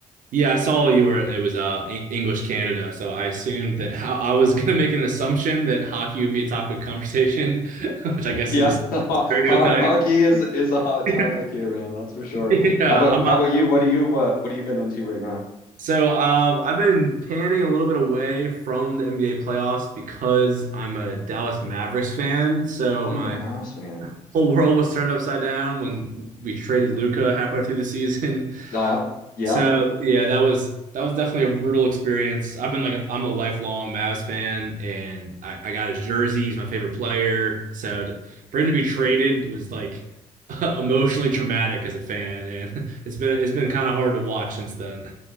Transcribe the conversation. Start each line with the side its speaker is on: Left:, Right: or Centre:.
Right: Yeah, I saw you were. It was uh Eng- English Canada, so I assumed that <laughs> how I was gonna make an assumption that hockey would be a topic of conversation, <laughs> which I guess
Left: Yeah,
Right: is
Left: <laughs> ho
Right: a stereotype.
Left: ho- hockey is is a hot
Right: <laughs>
Left: topic here, man. That's for sure.
Right: Yeah,
Left: How about
Right: I'm not.
Left: how about you? What do you uh what have you been into right now?
Right: So um, I've been panning a little bit away from the NBA playoffs because I'm a Dallas Mavericks fan. So
Left: Oh,
Right: my
Left: you're a Mavs fan.
Right: whole <laughs> world was turned upside down when we traded Luca halfway through the season.
Left: Yeah, yeah.
Right: So yeah, that was that was definitely a brutal experience. I've been like I'm a lifelong Mavs fan, and I, I got his jersey. He's my favorite player. So to, for him to be traded was like <laughs> emotionally traumatic as a fan, and <laughs> it's been it's been kind of hard to watch since then.